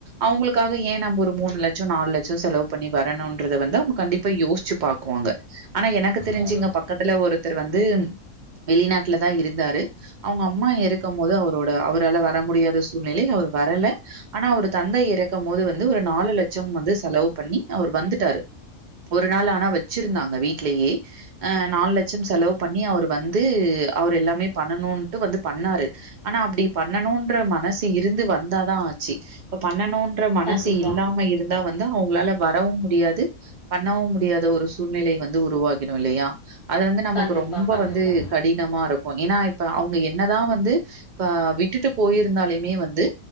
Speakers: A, on the right; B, on the left.
A: அவுங்ளுக்காக ஏ நம்ப ஒரு மூணு லட்சோ நாலு லட்சோ செலவு பண்ணி வரணும்ன்றத வந்து கண்டிப்பா யோசிச்சு பாக்குவாங்க ஆனா எனக் தெரிஞ்சு
B: கண்டிப்பா
A: இங்க பக்கத்துல ஒருத்தர் வந்து வெளிநாட்ல தா இருந்தாரு அவுங்க அம்மா இறக்கும்போது அவுரோட அவரால வர வர முடியாத சூழ்நிலை அவர் வரல ஆனா அவர் தந்தை இறக்கும் போது வந்து ஒரு நாலு லட்ச வந்து செலவு பண்ணி அவர் வந்துட்டாரு ஒரு நாள் ஆனா வெச்சிருந்தாங்க வீட்லேயே அ நாலு லட்ச செலவு பண்ணி அவரு வந்து அவர் எல்லாமே பண்ணணுட்டு வந்து பண்ணாரு ஆனா அப்டி பண்ணணு ற மனசு இருந்து வந்தாதா ஆச்சு இப்ப பண்ணணுன்ற மனசு
B: கண்டிப்பா
A: இல்லாம இரு இருந்தா வந்து அவுங்ளால வரவு முடியாது பண்ணவு முடியாத ஒரு சூழ்நிலை வந்து உருவாகிடு இல்லையா அது வந்து நமக்கு
B: கண்டிப்பா
A: ரொம்ப
B: கண்டிப்பா
A: வந்து கடி கடினமா இருக்கு ஏனா இப்ப அவுங்க என்னதா வந்து இப்ப விட்டுட்டு போயிருந்தாலுமே வந்து